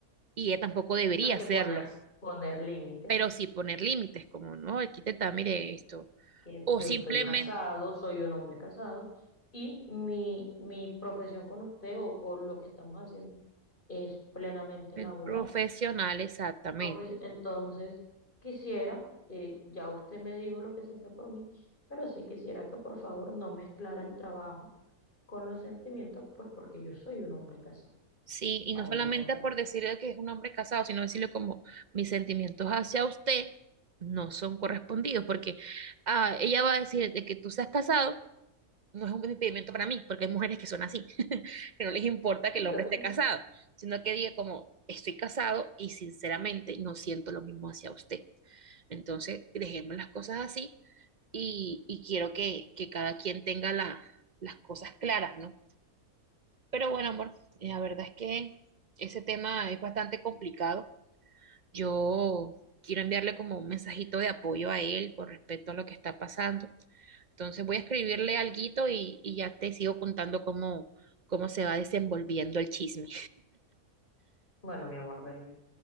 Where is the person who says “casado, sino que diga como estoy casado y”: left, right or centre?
Right